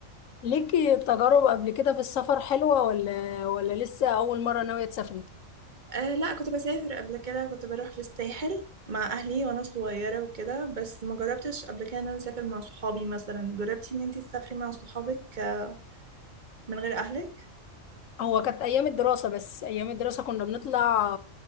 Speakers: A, on the left (about 80°); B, on the right (about 35°).
A: ليكي تجارب قبل كده في السفر حلوة ولا ولا لسه اول مرة ناوية تسافري
B: أه لا كنت بسافر قبل كده كنت بروح في الساحل مع اهلي وانا صغيره وكده بس ما جربتش قبل كده ان انا اسافر مع صحابي مثلا جربتي ان انتي تسافري مع صحابك آه، من غير اهلك
A: هو كانت ايام الدراسه بس ايام الدراسه كنا بنطلع